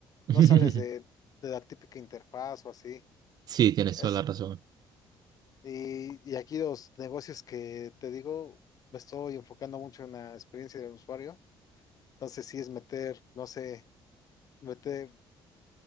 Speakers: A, on the right (about 50°); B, on the left (about 40°).
A: <laughs>
B: No sales de, de la típica interfaz o así.
A: Sí, tienes
B: Es,
A: toda la razón.
B: y, y aquí los negocios que te digo, me estoy enfocando mucho en la experiencia del usuario. Entonces sí es meter, no sé, meter